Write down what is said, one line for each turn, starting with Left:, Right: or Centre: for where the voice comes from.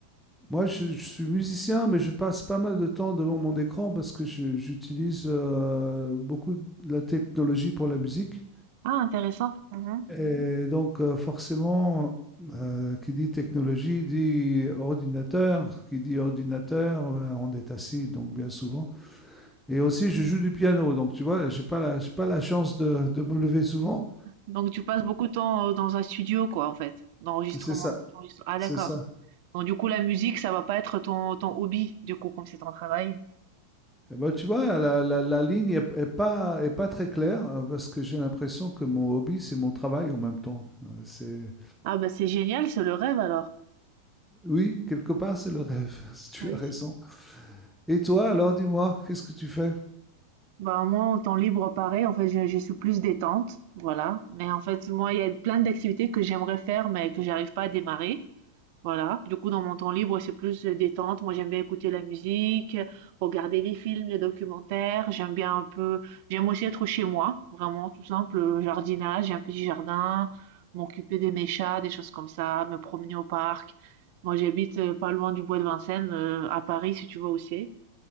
Centre: moi, je, je suis musicien, mais je passe pas mal de temps devant mon écran parce que je- j'utilise euh, beaucoup de la technologie pour la musique.
Right: Ah, intéressant. Mhm.
Centre: Et donc, euh, forcément, euh, qui dit technologie dit ordinateur, qui dit ordinateur, ben, on est assis, donc bien souvent. Et aussi, je joue du piano, donc tu vois, j'ai pas la, j'ai pas la chance de, de me lever souvent.
Right: Donc tu passes beaucoup de temps euh, dans un studio, quoi, en fait, d'enregistrement.
Centre: C'est ça,
Right: d'enregistre- Ah,
Centre: c'est
Right: d'accord.
Centre: ça.
Right: Donc du coup, la musique, ça va pas être ton, ton hobby, du coup, comme c'est ton travail.
Centre: Et ben, tu vois, la, la, la ligne est, est pas, est pas très claire, euh, parce que j'ai l'impression que mon hobby, c'est mon travail en même temps. Euh, c'est...
Right: Ah, bah c'est génial, c'est le rêve alors.
Centre: Oui, quelque part, c'est le rêve, <laughs> si tu
Right: Ah Oui.
Centre: as raison. Et toi, alors, dis-moi, qu'est-ce que tu fais?
Right: Bah moi, en temps libre, pareil, en fait, je, je suis plus détente, voilà. Mais en fait, moi, il y a plein d'activités que j'aimerais faire, mais que j'arrive pas à démarrer. Voilà, du coup, dans mon temps libre, c'est plus euh, détente. Moi, j'aime bien écouter la musique, regarder des films, des documentaires. J'aime bien un peu, j'aime aussi être chez moi, vraiment tout simple, euh, jardinage, j'ai un petit jardin, m'occuper de mes chats, des choses comme ça, me promener au parc. Moi, j'habite euh, pas loin du bois de Vincennes, euh, à Paris, si tu vois aussi.